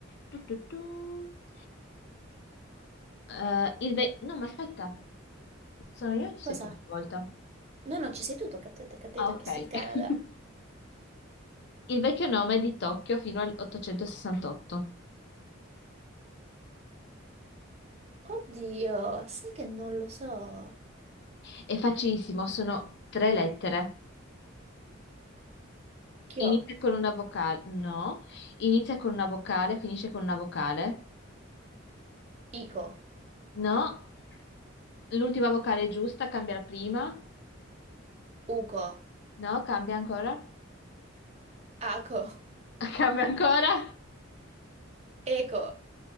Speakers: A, on the left; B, on the right.
A: tu, tu, tu, eh, il ve- no ma aspetta, sono io o ci sei
B: Cosa?
A: tu questa volta?
B: No, no, ci sei tu, tocca a te, tocca a te,
A: Ah
B: ti
A: ok,
B: ho chiesto il Canada.
A: <laughs> il vecchio nome di Tokyo fino al 868,
B: Oddio, sai che non lo so.
A: è facilissimo, sono tre lettere.
B: Chio,
A: Inizia con una vocale, no. Inizia con una vocale, finisce con una vocale,
B: Ico,
A: no. L'ultima vocale è giusta, cambia la prima,
B: Uco,
A: no, cambia ancora,
B: Aco,
A: <laughs> cambia ancora.
B: Eco,